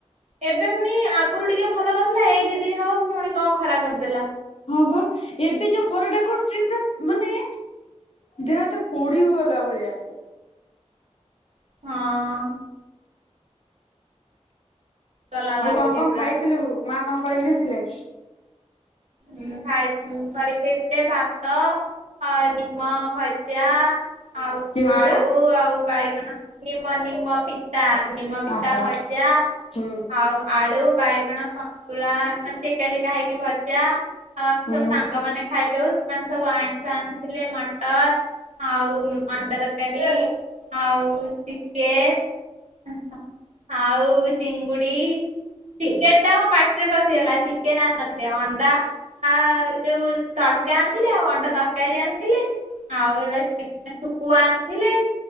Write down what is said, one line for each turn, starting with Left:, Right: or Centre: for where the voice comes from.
Right: ଏବେ ପୁଣି ଆଗରୁ ଟିକେ ଭଲ କରିଥିଲା। ଏଇ ଦି ଦିନ ହବ ପୁଣି କଣ ଖରା କରିଦେଲା।
Left: ହଁ ବା ଏବେ ଯୋଉ ଖରା ଟା କରୁଛି ପୁରା ମାନେ ଦେହ ହାତ ପୋଡି ଗଲା ଭଳିଆ।
Right: ହଁ। ଗଲା ଲାଗୁଛି
Left: ଆଉ କଣ କଣ
Right: ପୁରା
Left: ଖାଇଥିଲୁ ମା କଣ କରିକି ଦେଇଥିଲେ?
Right: ହୁଁ ଖାଇ <unintelligible> ଭାତ। ହଁ ନିମ ଭଜା ଆଉ
Left: କି ଭଜା?
Right: ଆଳୁ ଆଉ ବାଇଗଣ। ନିମ ନିମ ପିତା ନିମ ପିତା
Left: ଆହା
Right: ଭଜା।
Left: ହୁଁ
Right: ଆଉ ଆଳୁ ବାଇଗଣ ସନ୍ତୁଳା ମାନେ ଚେକା ଚେକା ହେଇକି ଭଜ ଜା ସବୁ
Left: ହୁଁ।
Right: ସାଙ୍ଗ ମାନେ ଖାଇଥିଲୁ। ସବୁ ଆଇଁଷ ଆଣିଥିଲେ ମଟନ୍ ଆଉ ଅଣ୍ଡା ତରକାରୀ ଆଉ ଚିକେନ୍। ଆଉ ଚିଙ୍ଗୁଡି। ଚିକେନ ଟା ପାଟିରେ ପଶିଗଲା ଚିକେନ ଆଣିନଥିଲେ। ତା ଆ ଯୋଉ ତଡକା ଆଣିଥିଲେ ଆଉ ଅଣ୍ଡା ତରକାରୀ ଆଣି ଆଉ ହେଲା <unintelligible> ଥିଲେ